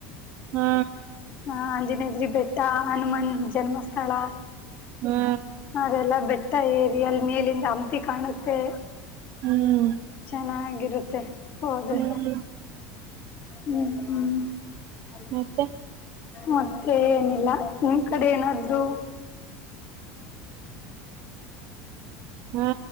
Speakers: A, on the right (about 45°); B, on the left (about 30°).
A: ಹಾ.
B: ಹಾ ಹಜ ನೀಜರಿ. ಹನುಮನ್ ಜನ್ಮಸ್ಥ. ಸ್ಥಳ
A: ಹಾ
B: ಅದೆಲ್ಲ ಬೆಟ್ಟ ಏರಿ ಅಲ್ಲಿ ಮೇಲಿಂದ ಹಮತಿಿ ಕಾಣುತ್ತೆ
A: ಹ್ಮ್
B: ಚೆನ್ನಾಗಿರುತ್ತೆ ಹೌದು
A: ಹ್ಮ್
B: ಹ್ಮ್. ಅ.
A: ಮತ್ತೆ
B: ಮತ್ತೆ. ಏನಿಲ್ಲ ನಿಮ್ ಕಡೆ ಏನಾದ್. ನೊ <inaudible>
A: ಹಾ.